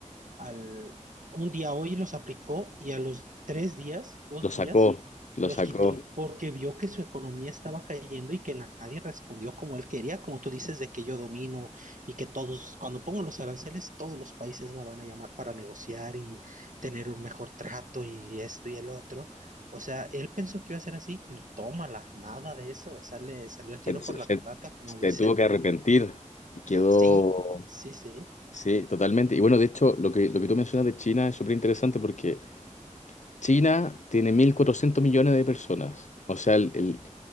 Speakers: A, on the right; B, on the left.
A: al un día hoy los aplicó y a los tres días, dos
B: lo sacó,
A: días,
B: lo
A: los
B: sacó.
A: quitó porque vio que su economía estaba cayendo y que nadie respondió como él quería, como tú dices, de que yo domino y que todos, cuando pongo los aranceles, todos los países me van a llamar para negociar y tener un mejor trato y esto y el otro. O sea, él pensó que iba a ser así y tómala, nada de eso. O sea, le salió el tiro
B: Se, se-
A: por la culata,
B: se-
A: como dicen.
B: se tuvo que arrepentir y quedó,
A: Sí, sí, sí.
B: sí, totalmente. Y bueno, de hecho, lo que, lo que tú mencionas de China es súper interesante porque China tiene 1.400 millones de personas. O sea, el- el-